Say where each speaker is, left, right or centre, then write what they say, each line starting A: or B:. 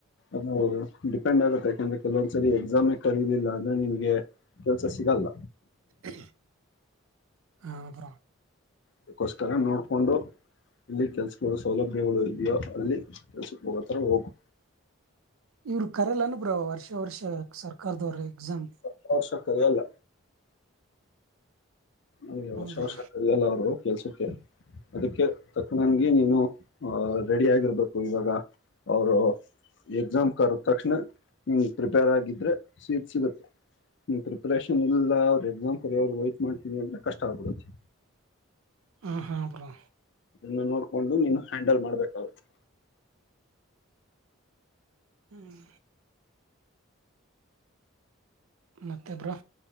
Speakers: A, on the left; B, on the right.
A: ಅದು ಡಿಪೆಂಡ್ ಆಗುತ್ತೆ ಯಾಕಂದ್ರೆ ಕೆಲ್ವೊಂದ್ಸರಿ ಎಕ್ಸಾಮೆ ಕರೀಲಿಲ್ಲ ಅಂದ್ರೆ ನಿನ್ಗೆ ಕೆಲ್ಸಸಿಗಲ್ಲ.
B: ಹ ಹ್ಮ್ ಬ್ರೊ
A: ಅದುಕ್ಕೋಸ್ಕರ ನೋಡ್ಕೊಂಡು. ಇಲ್ಲಿ ಕೆಲ್ಸಗಳ ಸೌಲಭ್ಯಗಳಲ್ಲಿ, ಅಲ್ಲಿ ಕೆಲ್ಸಕ್ ಹೋಗೋತರ ಹೋಗು
B: ಇವ್ರು ಕರಿಯಲ್ಲೇನು ಬ್ರೊ ವರ್ಷ ವರ್ಷ ಸರ್ಕಾರ್ದವ್ರ್ ಎಕ್ಸಾಮ್ಗೆ
A: <unintelligible> ಕರ್ಗಲ್ಲ ಅಂಗೆ ವರ್ಷ
B: ಹೌದಾ
A: ವರ್ಷ ಕರಿಯಲ್ಲ ಅವ್ರು ಕೆಲ್ಸಕ್ಕೆ ಅದಕ್ಕೆ ತಕ್ನಂಗೆ ನೀನು ಅಹಹ್ ರೆಡಿಯಾಗಿರ್ಬೇಕು, ಇವಾಗ ಅವ್ರು ಎಕ್ಸಾಮ್ ಕರ್ದ್ ತಕ್ಷಣ ನೀನ್ ಪ್ರಿಪೇರ್ ಆಗಿದ್ರೆ ಸೀಟ್ ಸಿಗುತ್ತೆ. ನೀನ್ ಪ್ರಿಪರೇಷನ್ ಇಲ್ಲ ಅವ್ರ್ ಎಕ್ಸಾಮ್ ಕರಿಯೋವರ್ಗು ವೈಟ್ ಮಾಡ್ತೀನಿ ಅಂದ್ರೆ ಕಷ್ಟ ಆಗ್ಬಿಡುತ್ತೆ.
B: ಹ್ಮ್ ಹ್ಮು ಬ್ರೋ
A: ಇನ್ನು ನೋಡ್ಕೊಂಡು ನೀನು ಹ್ಯಾಂಡಲ್ ಮಾಡ್ಬೇಕಾಗುತ್ತೆ.
B: ಹ್ಮ್ ಮತ್ತೆಬ್ ಬರುೋ